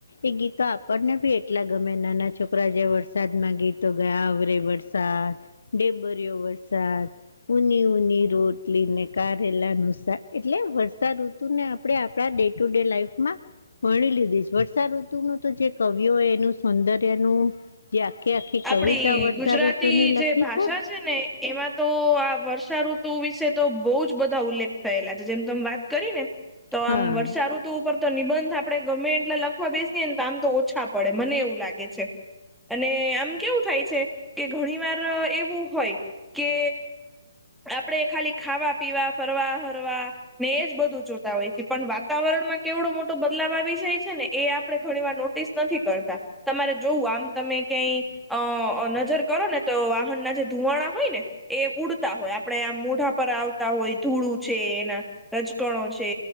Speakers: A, on the left; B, in the centre.
A: એ ગીતો આપણને બી એટલા ગમે ના છોકરા જે વરસાદ મા ગીતો ગયા આવરે વરસાદ ડેબરીયો વરસાદ ઉની ઉની રોટલી ને કારેલાનુ શાક એટલે વરસાદ આપણે આપણા ડે ટુ ડે લાઈફમાં ભણી લીધી છે વર્ષાઋતુ ન તો જે કવિઓ એનું સુંદર્ય નું જે આખે આખી કવિતા
B: આપડી
A: વર્ષા
B: ગુજરાતી
A: ઋતુની લખી
B: જે ભાષા છે ને એમાં તો આ વર્ષાઋતુ વિશે તો બહુ જ બધા ઉલ્લેખ થયેલા છે જેમ તમે વાત કરી ને તો
A: હા
B: આમ વર્ષાઋતુ ઉપર તો નિબંધ આપડે ગમે એટલે લખવા બેસીએ ને તો આમ તો ઓછા પડે મને એવું લાગે છે. અને આમ કેવું થાય છે કે ઘણી વાર એવું હોય કે આપણેે ખાલી ખાવા પીવા ફરવા હરવા ને એજ બધું જોતા હોય છે પણ વાતાવરણ માં કેવડો મોટો બદલાવ આવી જાય છે ને એ આપડે ઘણી વાર નોટિસ નથી કરતા તમારે જોવું આમ તમે ક્યાંય અ નજર કરો ને તો વાહન ના જે ધુવાણા હોય ને એ ઉડતા હોય આપણે આ મોઢા પર આવતા હોય ધૂળું છે એના રજકણો છે.